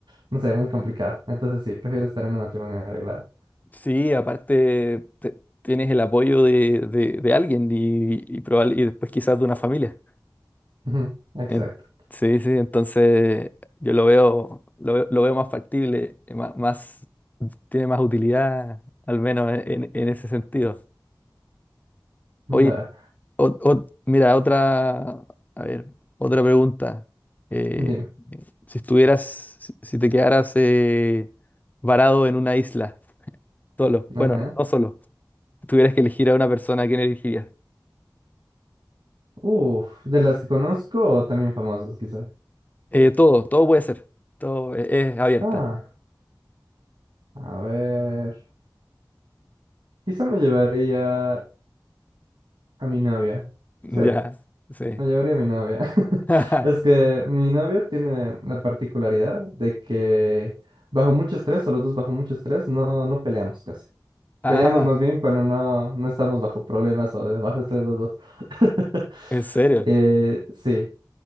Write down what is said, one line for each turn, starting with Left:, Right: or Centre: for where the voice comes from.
Right: no sé, muy complicado. Entonces sí, prefiero estar en un matrimonio arreglado.
Left: sí, aparte te- tienes el apoyo de, de- de alguien y, y, probable- y después quizás de una familia.
Right: Ujú, Exacto.
Left: En- sí, sí, entonces yo lo veo, lo, veo lo veo más factible, eh, má- más, tiene más utilidad, al menos en, en- en ese sentido.
Right: Va,
Left: Oye, ot- ot- mira, otra, a ver, otra pregunta. Eh,
Right: dime.
Left: si estuvieras, si, si te quedaras eh, varado en una isla, solo, bueno,
Right: Ajá.
Left: no, no solo, tuvieras que elegir a una persona, ¿a quién elegirías?
Right: Uf, de las que conozco o también famosos, quizás.
Left: Eh, todo, todo puede ser, todo es, es abierta.
Right: Ah, a ver. Quizá me llevaría A mi novia.
Left: Ya,
Right: Sí,
Left: sí.
Right: la llevaría a mi novia. <laughs>
Left: <laughs>
Right: Es que mi novia tiene la particularidad de que bajo mucho estrés, o los dos bajo mucho estrés, no, no peleamos casi.
Left: Ah,
Right: Peleamos más bien cuando no, no estamos bajo problemas o de bajo estrés los dos. <laughs>
Left: ¿En serio?
Right: Eh, sí,